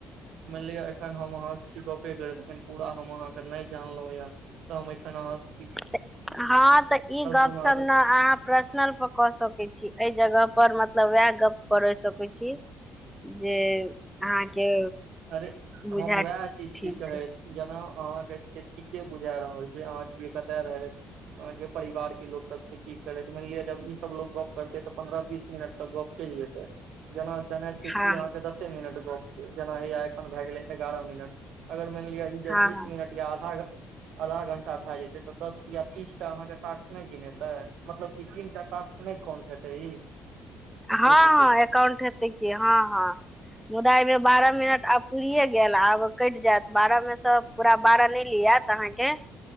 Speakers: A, on the right; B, in the centre.
A: मानि लिअ एखन हम अहाँ सि गपे करैत एखन पूरा हम अहाँके नहि जानलौं य त हम अखन आंहा सऽ
B: तऽ हँ तऽ ई गप
A: दुना
B: सप
A: अगर
B: न हा प्रर्श्नल पर क सकै छी एहि जगह पर मतलब वएह गप करै सकै छी जे अहाँके
A: अरे
B: बुझायत
A: हम वएह चीज
B: ठीक
A: छी कहति जेना अहाँके छी ठीके बुझा रहल जे अहाँ छियै कतय रहैत आओर अगर परिवार के लोग सब छै की करति मानि लिअ जब ई सब लोग गप करतै ते पंन्द्रह बीस मिनट त गप चलि जेतै जेना तेना छै
B: हँ
A: कि अहाँ के दसे मिनट गप के जेना हैया एखन भए गेलै एगारह मिनट अगर मानि लिअ ई ज
B: हँ
A: बीस
B: हँ
A: मिनट या आधा घंटा आदहा घंटा भए जेतै तऽ दस तीया तीस टा अहाँके टाक्स नहि गिनेतै मतलब क तीन टा टाक्स नहि कौन्ट हेतै ई
B: हँ
A: से पूछै
B: हँ
A: छी
B: एकाउंट हेतै की हँ हँ मुदा अईमे बारह मिनट आब पूरिये गेल आब कटि जायत बारहमे सँ पूरा बारह नहि लियात अहाँके